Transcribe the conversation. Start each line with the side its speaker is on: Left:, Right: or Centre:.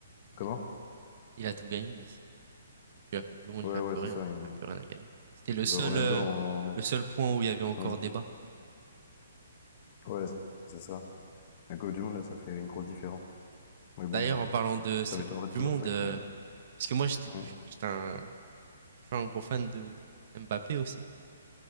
Right: Mmh.
Left: Comment?
Right: Il a tout gagné, Messi. Depuis la Coupe du monde,
Left: Ouais,
Right: il a
Left: ouais,
Right: plus
Left: c'est
Right: rien,
Left: ça.
Right: hein.
Left: il-
Right: il a plus rien à gagner. C'était le
Left: bah,
Right: seul,
Left: Ronaldo
Right: heu,
Left: en,
Right: le seul point où il y avait encore
Left: ouais,
Right: débat.
Left: ouais, c'est ça. La Coupe du Monde, là, ça fait une grosse différence. Mais bon,
Right: D'ailleurs,
Left: euh,
Right: en parlant de cette
Left: ça m'étonnerait
Right: Coupe du
Left: toujours
Right: monde,
Left: pas
Right: heu,
Left: que.
Right: parce que moi, j'étais
Left: Ouais,
Right: j j'étais un je suis un gros fan de Mbappé aussi.